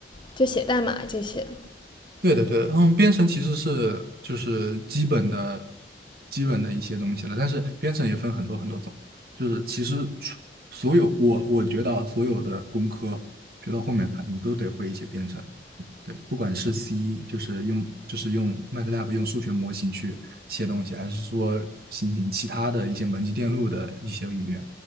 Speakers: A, on the left; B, on the right.
A: 就写代码这些？
B: 对的，对的，嗯，编程其实是就是基本的、基本的一些东西了，但是编程也分很多很多种，就是其实除所有我我觉得啊所有的工科学到后面它你都得会一些编程，对，不管是 C 就是用就是用 MATLAB 用数学模型去写东西，还是说进行其他的一些门级电路的一些语言，